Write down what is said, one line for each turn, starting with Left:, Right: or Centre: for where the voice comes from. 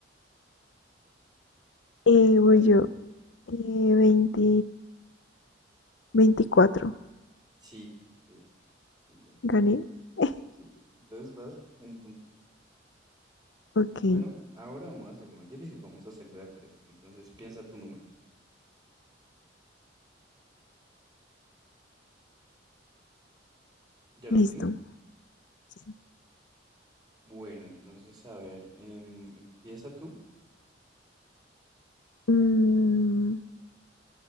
Left: Eh, voy
Right: Dale.
Left: yo, eh, 20 24,
Right: Sí, ese es. Muy bien.
Left: gané, <laughs>
Right: Sí. Entonces vas un puntito.
Left: ok,
Right: Bueno, ahora vamos a hacerlo más difícil. Vamos a hacerlo de a tres. Entonces piensa tu número. ¿Ya lo
Left: listo,
Right: tienes?
Left: sí.
Right: Bueno, entonces a ver. em, empieza tú.
Left: Mm,